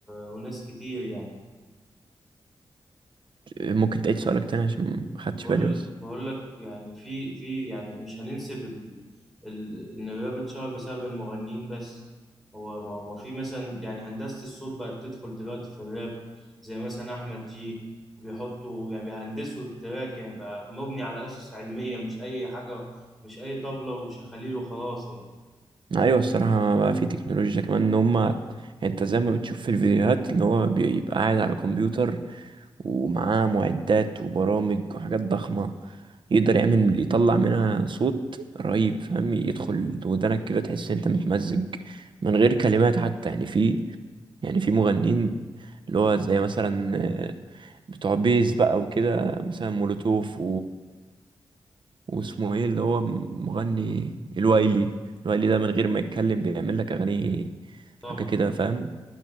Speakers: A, in the centre; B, on the right.
A: وناس كتير يعني
B: ممكن تعيد سؤالك تاني عشان ما خدتش
A: بقول
B: بالي بس
A: بقول لك يعني في في يعني مش هننسب ال... ال... ان الراب اتشهر بسبب المغنيين بس هو ما, ما في مثلا يعني هندسة الصوت بقت تدخل دلوقتي في الراب زي مثلا احمد جي بيحطوا يعني بيهندسوا التراك يعني بقى مبني على اسس علمية مش اي حاجة مش اي طبلة وشخاليل وخلاص يعني
B: ايوه الصراحه بقى في تكنولوجيا كمان ان هما يعني انت زي ما بتشوف في الفيديوهات اللي هو بيبقى قاعد على كمبيوتر ومعاه معدات وبرامج وحاجات ضخمه يقدر يعمل يطلع منها صوت رهيب فاهم يدخل ودنك كده تحس إن انت متمزج من غير كلمات حتى يعني في يعني في مغنيين اللي هو زي مثلا آه، بتوع بيز بقى وكده مثلا مولوتوف واسمه ايه اللي هو مغني الوايلي الوايلي ده من غير ما يتكلم بيعمل لك اغاني
A: طبعا
B: حاجه كده فاهم